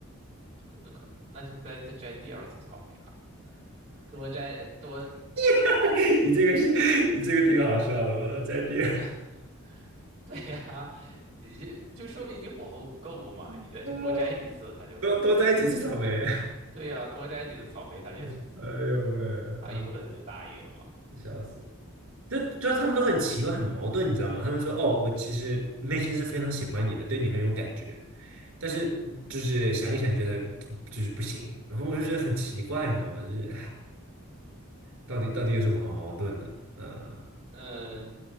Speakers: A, on the right; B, on the right.
A: 可那可能那就再再摘第二次草莓了，多摘多
B: <laughs> 你这个是，你这个挺好笑的，我要再听。
A: 我 <laughs> 对呀、你就就说明你火候不够嘛，你再去多摘几次，
B: <laughs>
A: 他就
B: 多多在几次草莓。
A: 对呀、多摘几次草莓，他就
B: <laughs> 哎呦喂，啊，
A: 他有可能就答应了嘛。
B: 笑死我！就就他们都很奇怪，很矛盾，你知道吗？他们说：“哦，我其实内心是非常喜欢你的，对你很有感觉，但是就是想一想，觉得就是不行。”然后我就觉得很奇怪，你知道吗？就是唉到底到底有什么好矛盾的？呃，
A: 嗯，